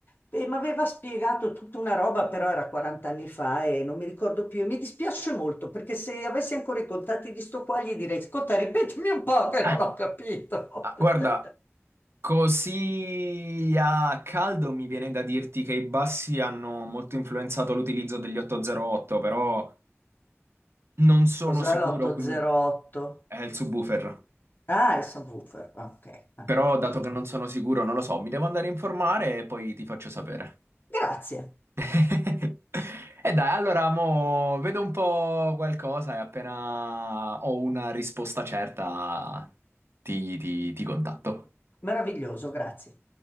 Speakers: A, on the left; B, on the right.
A: e mi aveva spiegato tutta una roba, però era 40 anni fa e non mi ricordo più e mi dispiace molto perché se avessi ancora i contatti di sto qua gli direi, ascolta, ripetimi un po' che non
B: Ah,
A: ho capito.
B: ah, guarda,
A: <laughs>
B: così a caldo mi viene da dirti che i bassi hanno molto influenzato l'utilizzo degli 808, però non sono
A: Cos'è
B: sicuro,
A: l'808?
B: quindi è il subwoofer.
A: Ah, è subwoofer, Ah, ok, Ah,
B: Però,
A: scusami.
B: dato che non sono sicuro, non lo so, mi devo andare a informare e poi ti faccio sapere.
A: Grazie,
B: <laughs> E dai, allora, mo vedo un po' qualcosa e appena ho una risposta certa ti, ti ti contatto.
A: meraviglioso, grazie.